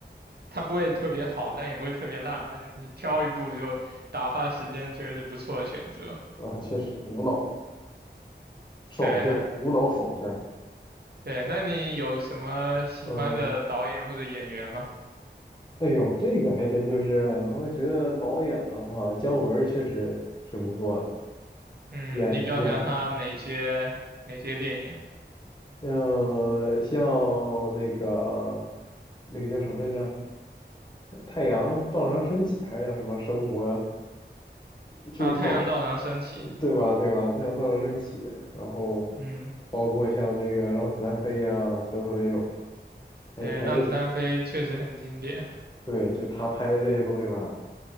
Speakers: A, on the right (about 60°); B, on the left (about 25°).
A: 它不会特别好，但也不会特别烂吧？就你挑一部就打发时间，确实是不错的选择。
B: 啊，确实无脑。爽片儿，
A: 对
B: 无脑爽片儿。
A: 对，那你有什么喜欢的导演或者演员吗？
B: 嗯，哎呦，这个还真就是，我觉得导演的话，姜文儿确实挺不错的，
A: 嗯，
B: 演演，
A: 你比较喜欢他哪些哪些电影
B: 嗯、像那个那个叫什么来着，太太阳照常升起还是叫什么生活，就走，
A: 啊？《太阳照常升起》，
B: 对吧？对吧？太阳照常升起，然后
A: 嗯，
B: 包括像那个让子弹飞呀、等等那种，还还是
A: 对，《让子弹飞》确实很经典，
B: 对，就他拍的这些东西吧，